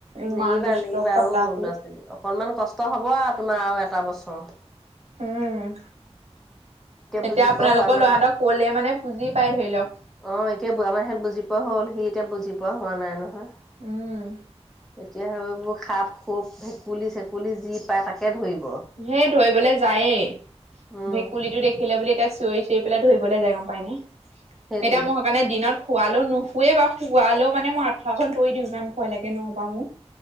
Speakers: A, on the right; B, in the centre.
A: ইমান
B: নেৰিবা
A: দুষ্ট
B: নেৰিবা
A: খতাকৈ।
B: অহ ল'ৰা ছোৱালী অকনমান কষ্ট হ'ব তোমাৰ আৰু এটা বছৰ।
A: উম, এতিয়া
B: বুজি
A: আপোনালোকৰ
B: পোৱা হোৱা নাই।
A: লৰাতক কলে মানে বুজি পাই ধৰি লওক।
B: অ, এতিয়া আমাৰ ইহত বুজি পোৱা হল সি এতিয়া বুজি পোৱা হোৱা নাই নহয়।
A: উম
B: এতিয়া সেইবোৰ সাপ, খোপ, ভেকুলি, চেকুলি যি পায় তাকে ধৰিব।
A: হে ধৰিবলে যায়েই
B: উম
A: ভেকুলীটো দেখিলে বুলি এতিয়া চিঞৰি, চিঞৰি এই ফালে ধৰিবলৈ যায় গম পায় নে এতিয়া
B: সেইটোৱে
A: মোৰ সেই কাৰণে দিনত শুবালেও নু শুৱে বাৰু শুৱালেও মানে মই আঠুৱাখন তৰি দিও ইমান ভয় লাগে নবা মোক